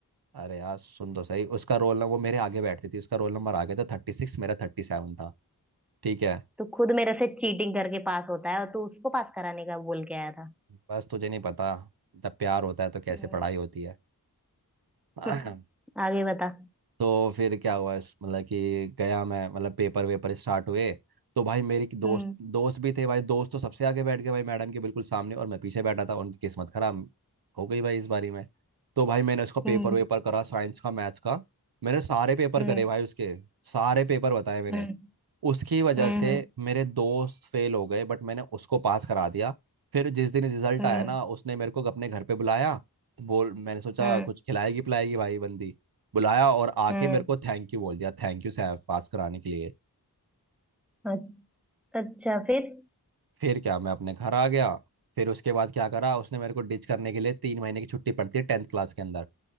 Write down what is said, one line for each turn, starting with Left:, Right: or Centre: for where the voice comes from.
Right: अरे यार सुन तो सही उसका रोल नंबर वो मेरे आगे बैठती थी उसका रोल नंबर आगे था थर्टी सिक्स मेरा थर्टी सेवन था ठीक है
Centre: तू खुद मेरे से चीटिंग करके पास होता है और तू उसको पास कराने का बोल के आया था
Right: बस तुझे नहीं पता जब प्यार होता है तो कैसे
Centre: हम्म,
Right: पढ़ाई होती है
Centre: हम्म,
Right: <clears throat>
Centre: आगे बता
Right: तो फिर क्या हुआ इस- मतलब कि गया मैं मतलब पेपर वेपर स्टार्ट हुए तो भाई मेरे की दोस्त
Centre: हम्म,
Right: दोस्त भी थे भाई दोस्त तो सबसे आगे बैठ गए भाई मैडम के बिल्कुल सामने और मैं पीछे बैठा था उनकी किस्मत खराब हो गई भाई इस बारी में तो भाई मैंने उसका पेपर
Centre: हम्म,
Right: वेपर करा साइंस का मैथ्स का मैंने सारे पेपर
Centre: हम्म,
Right: करे भाई उसके सारे पेपर बताए मैंने
Centre: हम्म,
Right: उसकी वजह
Centre: हम्म,
Right: से मेरे दोस्त फेल हो गए बट मैंने उसको पास करा दिया फिर जिस दिन रिजल्ट
Centre: हम्म,
Right: आया ना उसने मेरे को अपने घर पे बुलाया तो बोल मैंने सोचा
Centre: हम्म,
Right: कुछ खिलाएगी पिलाएगी भाई बंदी बुलाया और आके
Centre: हम्म,
Right: मेरे को थैंक यू बोल दिया थैंक यू सैफ पास कराने के लिए
Centre: अ- अच्छा फिर
Right: फिर क्या मैं अपने घर आ गया फिर उसके बाद क्या करा उसने मेरे को डिच करने के लिए तीन महीने की छुट्टी पड़ती है टेंथ क्लास के अंदर